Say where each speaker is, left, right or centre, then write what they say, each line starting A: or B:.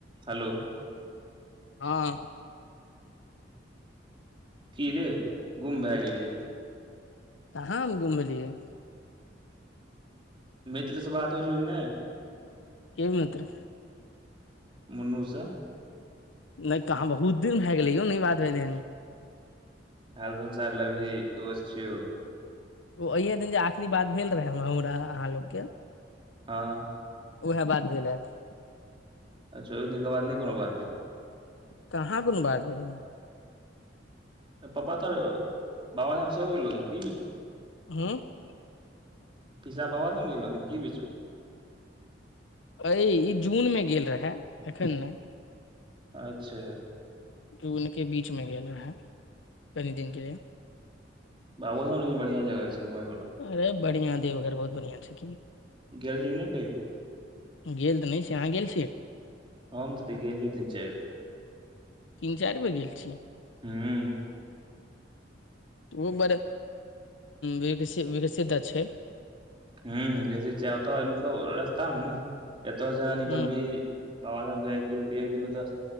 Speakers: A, on the right; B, on the left.
A: हलो
B: <inaudible> हँ
A: कि रै गुम भेऽ गेलैही
B: कहाँ हम गुम भेलिए
A: मित्र से बात होय छौ की नेै
B: केँ मित्र
A: मुन्नू स
B: नै तऽ हम हु दिन भै गेलै यौ नै बात भेलै हन
A: हालसमाचार लब ही दोस्त छियौ
B: ओ अहिये दिन जे आखिरी बात भेल रहे हमरा आहाँ लोक केँ
A: हऽ
B: उहे बात भेल है तऽ
A: अच्छा ओ दिन केँ बाद नै कोनो बात भे
B: काहाँ कोनो बात भेल
A: पप्पा तोहर बाबाधाम सेहो गेलरहथिन की बोच म
B: <unintelligible>
A: पिसा बाबाधाम गेल रहथिन की बीच में
B: अैय ई जून में गेल रहेऽ एखन नैय
A: अच्छा
B: जून के बीच में गेल रहेऽ कनि दिन के लिये
A: बाबो धाम लेकिन बढ़िया जगह छै घुमैवला
B: अरे बढ़िया देवघर बहुत बढ़िया छथिन
A: गेलही नैय कहियौ
B: गेल तऽ नैय छिय आहाँ गेल छियै
A: हम तऽ गेल छी तीन चारि बेर
B: तीन चैर बेर गेल छी
A: हूँ
B: ओ बड़ विकसि विरशित छैय
A: हूँ बेैसी छैय ओतऽ मतलब रास्ता हु ने एतऽ जे निकलबीही
B: हूँ
A: बाबाधाम जाय के लेल एक दिन तऽ